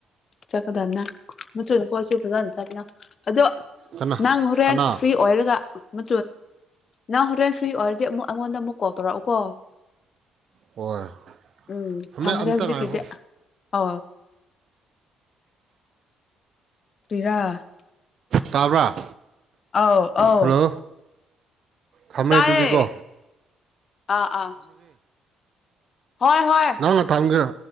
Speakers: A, on the left; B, on the right.
A: ꯆꯀꯗꯝꯅꯦ ꯃꯆ ꯀꯣꯁꯨ ꯐꯖꯥꯅ ꯆꯔꯦꯅ ꯑꯗꯨꯗ
B: ꯀꯅꯥ
A: ꯅꯪ ꯍꯣꯔꯦꯟ
B: ꯀꯅꯥ
A: ꯐ꯭ꯔꯤ ꯑꯣꯏꯔꯒ ꯃꯨ ꯅꯪ ꯍꯣꯇꯦꯜ ꯐ꯭ꯔꯤ ꯑꯣꯏꯔꯗꯤ ꯑꯃꯨꯛ ꯑꯩꯉꯣꯟꯗ ꯑꯃꯨꯛ ꯀꯣꯜ ꯇꯧꯔꯛꯎꯀꯣ
B: ꯍꯣꯏ
A: ꯎꯝ
B: ꯊꯝꯃꯦ
A: ꯊꯝꯃꯒꯦ
B: ꯑꯝꯇ
A: ꯍꯧꯖꯤꯛꯀꯤꯗꯤ
B: ꯉꯥꯏꯈꯣ
A: ꯑ ꯄꯔꯥ
B: ꯇꯥꯕ꯭ꯔꯥ
A: ꯑꯥꯎ ꯑꯥꯎ
B: ꯍꯜꯂꯣ ꯊꯝꯃꯦ
A: ꯇꯥꯏꯌꯦ
B: ꯑꯗꯨꯗꯤꯀꯣ
A: ꯑꯥ ꯑꯥ ꯍꯣꯏ ꯍꯣꯏ
B: ꯅꯪꯉ ꯊꯥꯡꯒꯔ